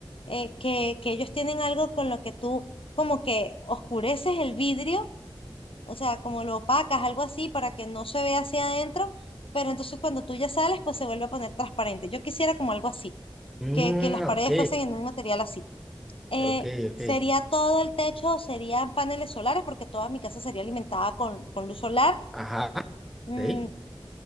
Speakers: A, on the left; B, in the centre.
A: eh, que, que ellos tienen algo con lo que tú como que oscureces el vidrio o sea, como lo opacas, algo así, para que no se vea hacia adentro, pero entonces cuando tú ya sales, pues se vuelve a poner transparente. Yo quisiera como algo así,
B: Mm,
A: que, que las paredes
B: ok.
A: fuesen en un material así. Eh,
B: Ok, ok.
A: ¿sería todo el techo, o serían paneles solares? Porque toda mi casa sería alimentada con, con luz solar.
B: Ajá. Ok,
A: Mm,